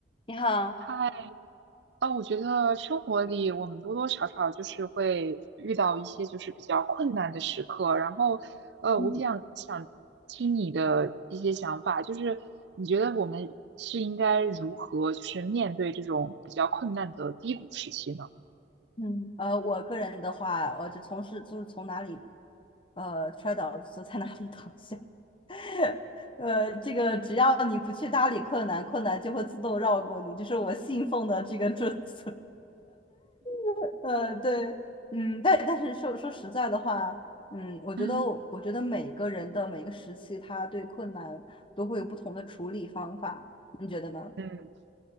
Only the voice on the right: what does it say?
嗨，哦，我觉得生活里我们多多少少就是会遇到一些就是比较困难的时刻，然后，呃，
我比较想听你的一些想法，就是你觉得我们是应该如何就是面对这种比较困难的低谷时期呢？
嗯
嗯。